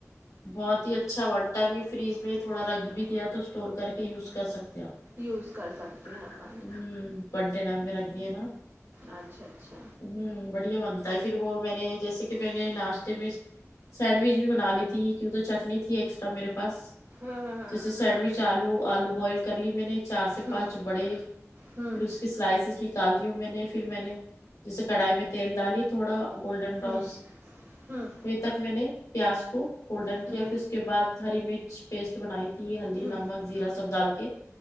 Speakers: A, on the left (about 80°); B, on the right (about 55°).
A: بہت ہی اچھا ون ٹائم ہی فریج میں تھوڑا رکھ بھی دیا تو اسٹور کر کے یوز کر سکتے ہمم
B: یوز کر سکتے ہیں اپن
A: کنٹینر میں رکھ دی ہے نا
B: اچھا اچھا
A: ہوں بڑھیا بنتا ہے پھر وہ میں نے جیسے کہ میں نے ناشتے میں سینڈوچ بھی بنا لی تھی کیوں تو چٹنی تھی ایکسٹرا میرے پاس
B: ہاں ہاں ہاں
A: جیسے سینڈوچ آلو آلو بوائل کر لی میں نے چار سے
B: ہوں
A: پانچ بڑے
B: ہوں
A: پھر اس کے سلائسیز نکال دی ہوں میں نے پھر میں نے جیسے کڑائی میں تیل ڈالی تھوڑا گولڈن براؤز
B: ہوں ہوں
A: ہوے تک میں نے پیاز کو فولڈن کیا
B: ہوں
A: پھر اس اس کے بعد ہری مرچ پیسٹ بنائی تھی ہلدی
B: ہوں
A: نمک زیرا سب ڈال کے